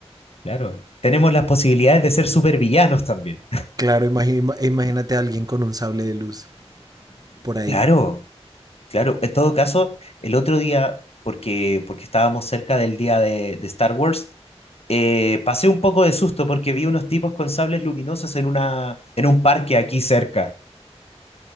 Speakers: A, on the left (about 60°); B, on the right (about 35°).
A: claro, tenemos las posibilidades de ser supervillanos también.
B: claro, imagi- ima- imagínate a alguien con un sable de luz
A: <laughs>
B: por ahí.
A: Claro. Claro, en todo caso, el otro día, porque, porque estábamos cerca del día de, de Star Wars, eh, pasé un poco de susto porque vi unos tipos con sables luminosos en una, en un parque aquí cerca